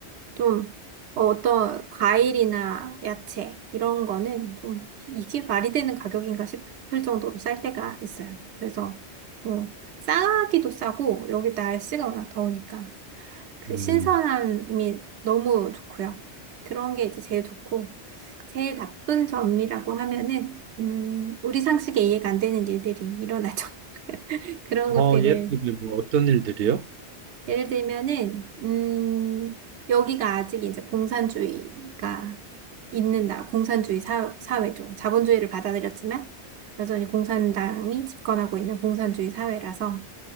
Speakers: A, on the right (about 80°); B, on the right (about 65°).
A: 좀 어, 어떤 과일이나 야채 이런 거는 좀 이게 말이 되는 가격인가 싶을 정도로 쌀 때가 있어요. 그래서 뭐 싸기도 싸고 여기 날씨가 워낙 더우니까 그
B: 음,
A: 신선함이 너무 좋고요. 그런 게 이제 제일 좋고 제일 나쁜 점이라고 하면은 음, 우리 상식에 이해가 안 되는 일들이 일어나죠. <laughs> 그런
B: 어,
A: 것들을
B: 예를 들면 뭐 어떤 일들이요?
A: 예를 들면은, 음, 여기가 아직 이제 공산주의가 있는 나라, 공산주의 사, 사회죠. 자본주의를 받아들였지만, 여전히 공산당이 집권하고 있는 공산주의 사회라서,